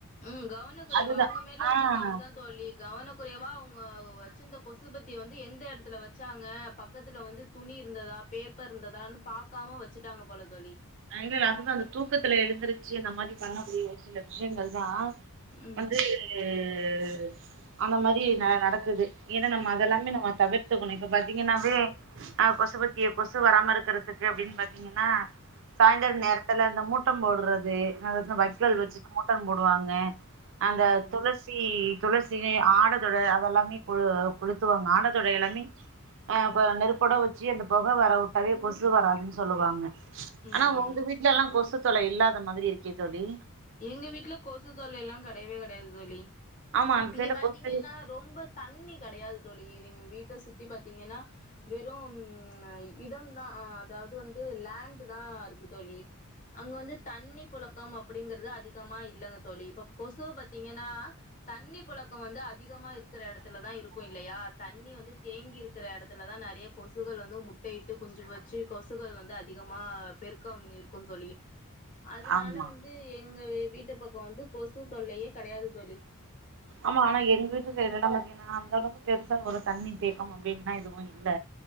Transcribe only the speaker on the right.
அதுதா
ஆ
நா எங்க அதுதா அந்த தூக்கத்துல எழுந்துருச்சு அந்த மாதிரி பண்ணக்கூடிய ஒரு சிலர் விஷயங்கள் தா
வந்து ம் அந்த மாரி நடக்குது ஏன்னா நம்ம அதெல்லாமே நம்ம தவிர்த்துக்கணு இப்ப பாத்தீங்கன்னாவே அ கொசு பத்திய கொசு வராம இருக்கிறதுக்கு அப்டி பாத்தீங்கன்னா சாய்ந்தரோ நேரத்துல இந்த மூட் சத்தம் போடுறது அந்த எடத்துல வைக்கோல்
வெச்ட்டு மோட போடுவாங்க அந்த
துளசி துளசி ஆடதொட அதெல்லாமே குழு குளுத்துவாங்க ஆடதொட எல்லாமே அப்ப நெருப்பொட வெச்சு அந்த பொக வர வுட்டாவே கொசு வராதுன்னு சொல்லுவாங்க
ஆனா உங்க வீட்லலா கொசு கொசு தொல்ல இல்லாத மாரி இருக்கே தோலி
ஆமா அந்த
சைட்ல
கொசு
ஆமா
ஆமா ஆனா எங்க வீட்டு சைட்லலா பாத்தீங்கனா அந்த அளவுக்கு பெருசா ஒரு தண்ணி தேக்கம் அப்டின்லா எதுவு இல்ல